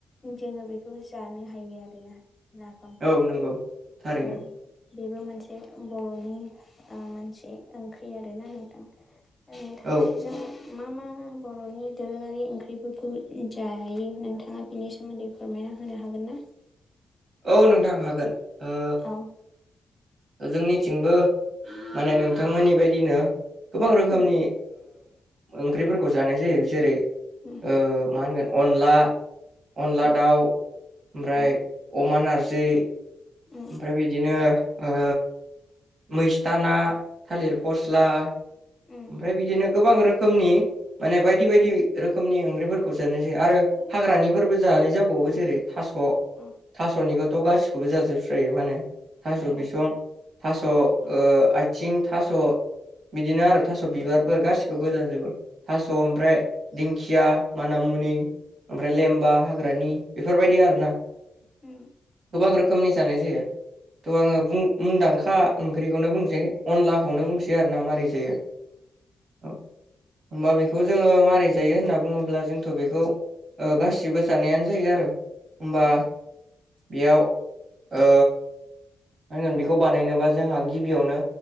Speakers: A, on the left; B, on the right.
A: जोङो बेखौ जानो हायो आरोना नाफामखौ
B: औ नंगौ थारैनो
A: औ बेबो मोनसे बर'नि ओ मोनसे ओंख्रि आरोना नोंथां। ओ थांनायजों
B: औ
A: मा मा बर'नि दोरोङारि ओंख्रिफोरखौ जायो नोंथाङा बिनि सोमोन्दै फोरमायना होनो हागोन ना?
B: औ नोंथां हागोन ओ
A: औ
B: जोंनिथिंबो माने नोंथांमोननि बायदिनो गोबां रोखोमनि
A: उम
B: ओंख्रिफोरखौ जानाय जायो जेरै
A: उम
B: ओ मा होनगोन अनला अनला
A: औ
B: दाउ ओमफ्राय
A: औ
B: अमा नारजि
A: उम
B: ओमफ्राय बिदिनो ओ मैस्थाना थालिर फस्ला ओमफ्राय
A: उम
B: बिदिनो गोबां रोखोमनि माने बायदि बायदि रोखोमनि ओंख्रिफोरखौ जानाय जायो। आरो
A: औ
B: हाग्रानिफोरबो जानाय जाबावो जेरै थास'
A: अ
B: थास'निखौथ' गासिखौबो जाजोबस्रायो माने थास'
A: औ
B: बिसं थास'
A: औ
B: आथिं थास' बिदिनो आरो थास' बिबारफोर
A: उम
B: गासिखौबो दानजोबो थास' ओमफ्राय दिंखिया माना मुनि ओमफ्राय लेमबा हाग्रानि बेफोरबायदि आरोना
A: उम
B: गोबां रोखोमनि जानाय जायो थ' आङो मुं मुंदांखा सा
A: औ
B: ओंख्रिखौनो बुंसै अनलाखौनो
A: औ
B: बुंसै आरोना मारै जायो औ होमबा बेखौ जोङो मारै जायो होनना बुङोब्ला जोंथ' बेखौ ओ गासिबो जानायानो जायो आरो होनबा
A: औ
B: बेयाव ओ नांगोन बेखौ बानायनोबा जोंहा गिबियावनो